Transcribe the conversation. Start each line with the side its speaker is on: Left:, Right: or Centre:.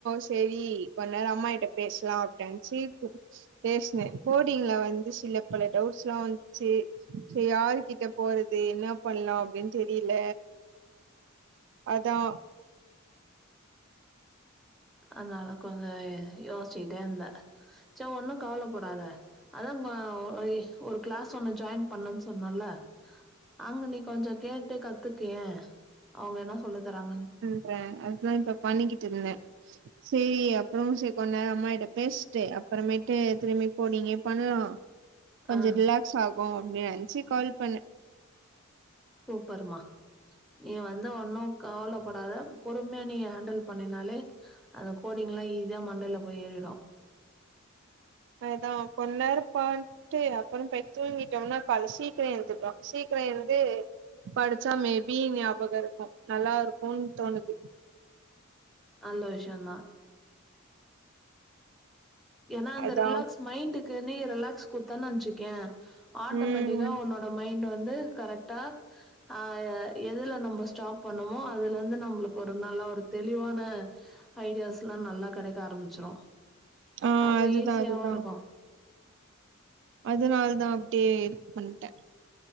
Right: சேரி கொஞ்ச நேர அம்மா இட்ட பேசலா <unintelligible> பேசுனே கோடிங்ல வந்து சில பல டவுட்ஸ் ல்லா வந்ச்சி சரி யாரு கிட்ட போறது என்ன பண்லா அப்டின் தெரில அதா
Centre: அதனால கொஞ்சோ யோசிச்சிட்டே இருந்தே சோ ஒண்ணு கவலப்படாத அதா ம்மா ஒரு ஒரு கிளாஸ் ஒண்ணு ஜாயின் பண்ணுன்சொன்னல்ல அங்க நீ கொஞ்ச கேட்டு கத்துக்கயே அவுங்க என்ன சொல்லி தராங்கன்
Right: ன் அதுதா இப்ப பண்ணிக்கிட்டு ருந்தே சரி அப்றோ செரி கொன் நேரோ அம்மாகிட்ட பேஸ்ட்டு அப்புறமேட்டு திரும்பி கோடிங்கே பண்லா கொஞ்சோ
Centre: ஆ
Right: ரிலாக் சாகு அப்டி நெனச்சி கால் பண்ணெ
Centre: சூப்பர்மா நீ வந்து ஒன்னு கவலப்படாத பொறுமயா நீ ஹேண்டில் பண்ணினாலே அந்த கோடிங் எல்லா ஈஸியா மண்டல்ல போய் ஏறிடு
Right: அதா கொஞ் நேரொ பாரு ட்டு அப்புறோ போய் தூங்கிட்டோம்னா கால சீக்ரொ எழுந்துட்டோ சீக்ரொ எழுந்து படிச்சா மேபி பி ஞாபக இருக்கு நல்லா இருக்குன்னு தோணுது
Centre: நல்ல விஷ்யோந்தா ஏன்னா அந்த
Right: அதா
Centre: ரிலாக்ஸ் மைண்டுக்கு நீ ரிலாக்ஸ் குத்தனு வச்சுக்கோயே ஆட்டோமேட்டிக்கா
Right: ம்
Centre: உன்ன மைண்ட் வந்து கரெட்டா ஆ எதுல நம்ம ஸ்டாப் பண்ணோமோ அதுல இருந்து நம்மளுக்கு ஒரு நல்ல ஒரு தெளிவான ஐடியாஸ்ல்லா நல்லா கெடைக்க ஆரம்பிச்சிரு
Right: ஆ
Centre: அப்போ
Right: அதுதா
Centre: ஈஸியாவு
Right: அதுதா
Centre: இருக்கு
Right: அதனால தா அப்டியே இது பண்ட்ட